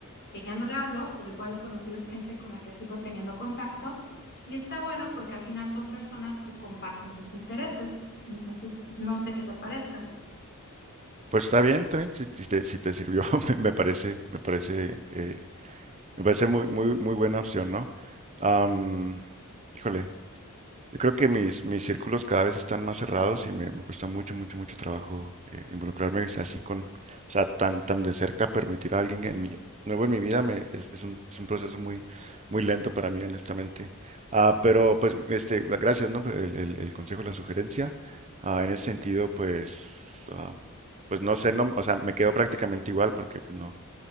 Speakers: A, on the left; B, on the right.
A: que ya no le hablo, pero igual he conocido <laughs> gente con la que sigo teniendo contacto. Y está bueno porque al final son personas que comparten tus intereses. Entonces, no sé qué te parezca.
B: Pues está bien, está bien, Si, si te, si te sirvió, <laughs> me, me parece, me parece, eh, me parece muy, muy, muy buena opción, ¿no? Am, híjole, Yo creo que mis, mis círculos cada vez están más cerrados y me, me cuesta mucho, mucho, mucho trabajo eh, involucrarme así con, o sea, tan, tan de cerca, permitir a alguien en mi- nuevo en mi vida me, es, es un, es un proceso muy, muy lento para mí, honestamente. Ah, pero pues, este, gracias, ¿no? por El, el, el consejo, la sugerencia. Ah, en ese sentido, pues, ah, pues no sé, no, o sea, me quedo prácticamente igual porque pues, no,